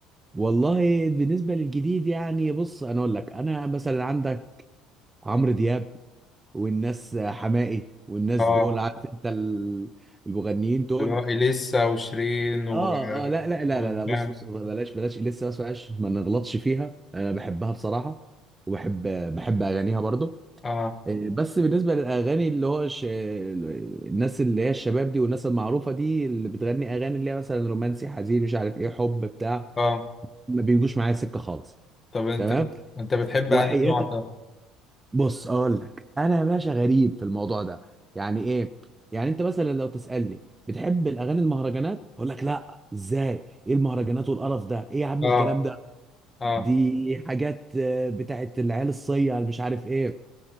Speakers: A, on the right; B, on the left.
A: والله بالنسبة للجديد يعني بص أنا أقول لك أنا مثلا عندك عمرو دياب والناس حماقي والناس
B: اه
A: دول عارف أنت ال- المغنيين دول
B: اللي هو اليسا وشيرين
A: اه
B: و
A: اه لا لا لا
B: وانغام
A: لا لا بص بص بلاش بلاش لسه بس بلاش ما نغلطش فيها انا بحبها بصراحه وبحب بحب اغانيها برضو
B: اه
A: إيه، بس بالنسبة للأغاني اللي هو ش... الناس اللي هي الشباب دي والناس المعروفة دي اللي بتغني أغاني اللي هي مثلا رومانسي حزين مش عارف إيه حب بتاع
B: اه
A: ما بيجوش معايا سكة خالص
B: طب انت
A: تمام
B: انت بتحب
A: وحياتك
B: انهي نوع طب
A: بص أقول لك أنا يا باشا غريب في الموضوع ده يعني إيه يعني أنت مثلا لو تسألني بتحب الأغاني المهرجانات أقول لك لا إزاي إيه المهرجانات والقرف ده إيه يا عم
B: اه
A: الكلام ده
B: اه
A: دي حاجات آه، بتاعت العيال الصيع اللي مش عارف إيه